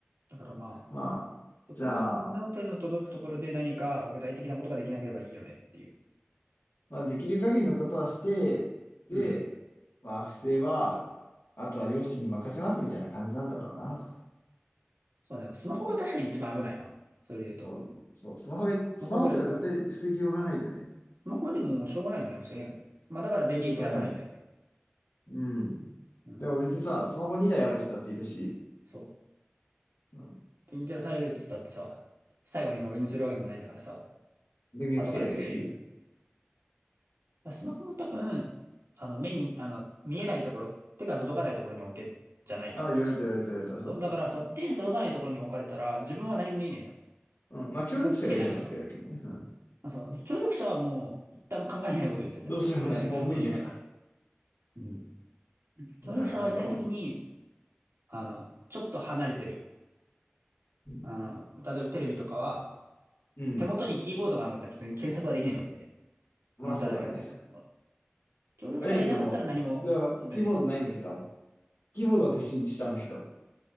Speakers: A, on the right; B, on the left.
A: だからま
B: まあ、
A: あ、
B: じゃあ、
A: 個人の手の届くところで何か具体的なことができなければいいよねっていう。
B: まあ、できる限りのことはして、で、
A: うん。
B: まあ、不正は、あとは両親に任せますみたいな感じなんだろうな。
A: おそうね。スマホが確かに一番危ないな。
B: そう
A: それで言うと。
B: そうね。そう、スマホが、
A: スマホぐらいか。
B: スマホとか絶対防ぎようがないよね。
A: スマホはでももうしょうがないよね。防げない。まあだから電源切らされるんだよね。
B: 防ぎようがない。うん。
A: うん。
B: でも別にさ、スマホ2台ある人だっているし、
A: そう。
B: うん
A: 電源切らされるっつったってさ、最後に確認するわけでもないんだからさ、
B: 電源つけりゃいいし、
A: 後からつけれるよ。まあスマホも多分、あの目に、あの、見えないところ、手が届かないところに置け、じゃないかな、
B: ああ、言われた言われた言われた、
A: 確か。そう。
B: そうだった。
A: だから、その手が届かないところに置かれたら、自分は何もできないじゃん。
B: うん。まあ、協力者がいればつけられるけどね。
A: 動けなければ。
B: うん。
A: まあ、そう。ね。協力者はもう一旦考えないことにするんだよ。
B: どうしようもない。
A: 協力者いたらもうどうしようもないから。
B: もう無理だから。
A: うん。協力者がいないときに、
B: なるほど。
A: あの、ちょっと離れてる。
B: うん。
A: あの、例えばテレビとかは、
B: うん
A: 手元にキーボードがなかったら別に検索はできないわけで、
B: まあ、
A: モニターだけあっても。
B: そうだね。
A: 協力者がいなかったら何も問題ないじゃん。
B: あれ、でも、では、キーボードないんだけど、キーボードは撤収したんだけど。